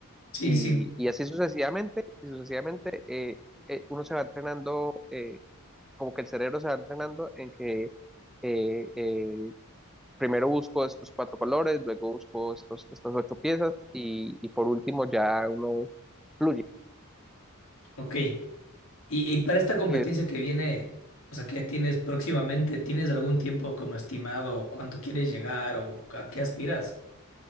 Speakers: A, on the left; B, in the centre.
A: Sí,
B: Y,
A: sí.
B: y así sucesivamente, y sucesivamente eh, eh, uno se va entrenando, eh, como que el cerebro se va entrenando en que eh, eh, primero busco estos cuatro colores, luego busco estos, estas ocho piezas y, y por último ya uno fluye.
A: Ok. Y, y para esta competencia
B: Y
A: que viene, o sea, que tienes próximamente, ¿tienes algún tiempo como estimado cuánto quieres llegar o a qué aspiras?